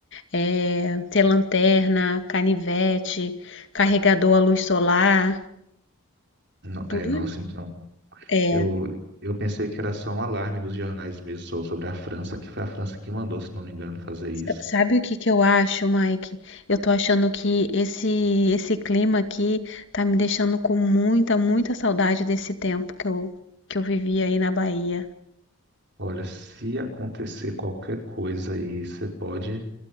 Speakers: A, on the left (about 55°); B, on the right (about 50°).
A: é, ter lanterna, canivete, carregador à luz solar,
B: No-
A: tudo.
B: é, nossa, então.
A: É,
B: Eu, eu pensei que era só um alarme dos jornais mesmo so- sobre a França, que foi a França que mandou, se não me engano, fazer isso.
A: sa- sabe o que que eu acho, Mike? Eu tô achando que esse, esse clima aqui tá me deixando com muita, muita saudade desse tempo que eu, que eu vivi aí na Bahia.
B: Olha, se acontecer qualquer coisa aí, você pode